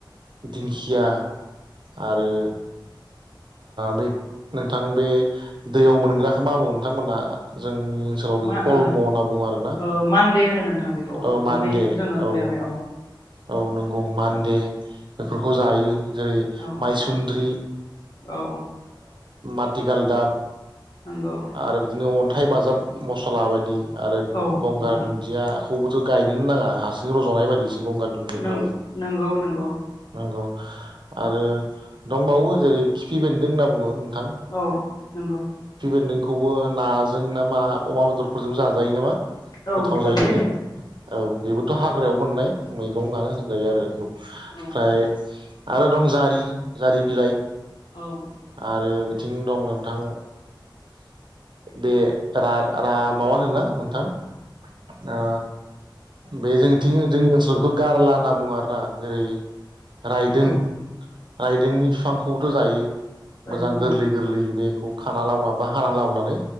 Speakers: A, on the right; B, on the left.
A: दिंखिया आरो।
B: <inaudible>
A: बे नोंथां बे दैयाव मोनग्राखौ मा बो नोंथांमोनहा जों। आंनि ओनसोलाव बेखौ
B: मा
A: कल्म
B: ओ
A: होनना बुङो आरोना।
B: ओ मानदे होनो नोंथां बेखौ
A: औ
B: गुबै
A: मानडे
B: जोङो
A: औ
B: लिरनाय
A: औ नंगौ मानडे। बेफोरखौ जायो जेरै
B: औ
A: माइसुन्द्रि
B: औ
A: आटिकाल दाब
B: नंगौ
A: आरो बिदिनो अन्थाइ बाजाब मसला बायदि आरो
B: औ
A: गंगार
B: औ
A: दुन्दिया। खौबोथ' गायनोना नाङा हारसिं रज'नाय बायदिसो गंगार दुन्दियाफ्राबो
B: नों नंगौ नंगौ
A: नंगौ। आरो दंबावो जेरै खिफि बेन्दों होनना बुङो
B: औ नंगौ।
A: खौबो नाजों ना मा अमा बेदरफोरजों जाजायो नामा
B: औ
A: गोथाव
B: जाजायो
A: जायोनो
B: नोंथां
A: औ बेबो थ' हाग्रायाव मोननाय मैगंफ्रानो होनजायो आरो बेखौ ओमफ्राय।
B: औ
A: आरो दं जारि जारि बिलाइ
B: औ
A: आरो बि बिथिं दं नोंथां। बे माबा होनो ना नोंथां। औ। बे जोंथिं जोंनि ओनसोल बेखौ गारला होनना बुङो आरोना जेरै रायदों
B: औ
A: रायदोंनि बिफांखौबोथ' जायो
B: बायदि
A: मोजां
B: औ
A: गोरलै गोरलै बेखौ। खाना लाबोना बा हाना लाबोनानै